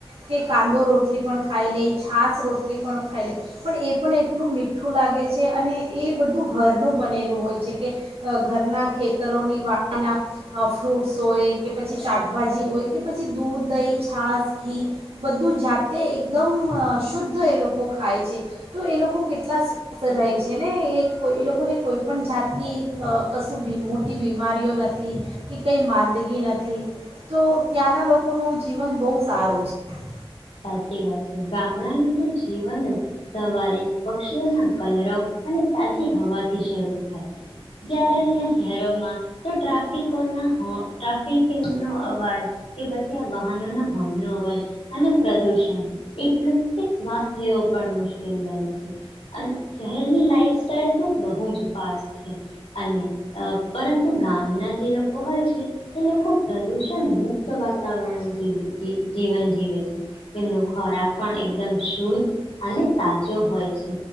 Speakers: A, on the right; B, on the left.
A: કે કાંદો રોટલી પણ ખાઈ લેય, છાસ રોટલી પણ ખાઈ લેય, પણ એ પણ એટલું મીઠું લાગે છે. અને એ બધું ઘરનું બનેલું હોય છે. કે ઘરના ખેતરોની વાળીના ફ્રૂટ્સ હોય કે પછી શાક ભાજી હોય કે પછી દૂધ દહી છાસ ઘી બધું જાતે એકદમ શુદ્ધ એ લોકો ખાય છે. તો એ લોકો કેટલા સ્વસ્થ રહે છે. ને એ કો એ લોકોને કોઈ પણ જાતની કશું મોટી બીમારીઓ નથી કે કંઈ માંદગી નથી. તો ત્યાંના લોકોનું જીવન બહુ સારું છે.
B: સાચી વાત છે. ગામડાનું તો જીવન જ સવારે પક્ષીઓના કલરવ અને તાજી હવાથી શરૂ થાય છે. જયારે અહીંયા શહેરોમાં તો ટ્રાફિકોના હો ટ્રાફિક નો અવાજ કે પછી આ વાહનોના હોનનો અવાજ અને પ્રદૂષણ એટલું કે શ્વાસ લેવો પણ મુશ્કેલ બને છે અને શહેરની લાઈફસ્ટાઈલ તો બહુજ ફાસ્ટ છે અને પરંતુ ગામના જે લોકો હોય છે એ લોકો પ્રદૂષણ મુક્ત વાતાવરણ જીવ જી જીવન જીવે છે. તેમનો ખોરાક પણ એકદમ શુદ્ધ અને તાજો હોય છે.